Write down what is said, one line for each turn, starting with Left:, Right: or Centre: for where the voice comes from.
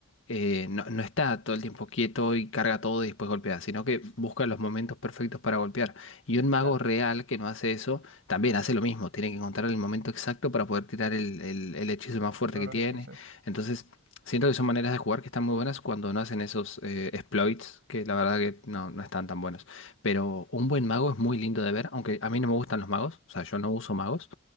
Left: eh, no, no está todo el tiempo quieto y carga todo y después golpea, sino que busca los momentos perfectos para golpear. Y un mago
Right: claro,
Left: real que no hace eso, también hace lo mismo, tiene que encontrar el momento exacto para poder tirar el, el el hechizo más fuerte
Right: todos
Left: que
Right: los
Left: tiene.
Right: hechizos.
Left: Entonces... Siento que son maneras de jugar que están muy buenas cuando no hacen esos eh, exploits, que la verdad que no, no están tan buenos. Pero un buen mago es muy lindo de ver, aunque a mí no me gustan los magos, o sea, yo no uso magos,